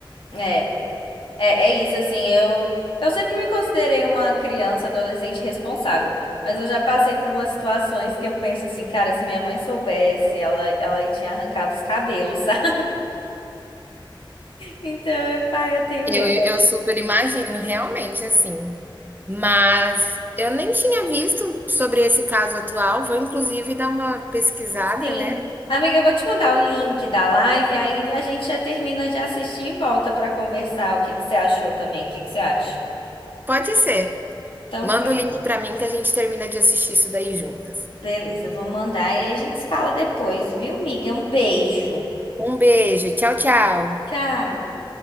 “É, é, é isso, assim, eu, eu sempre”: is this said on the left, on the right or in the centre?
Left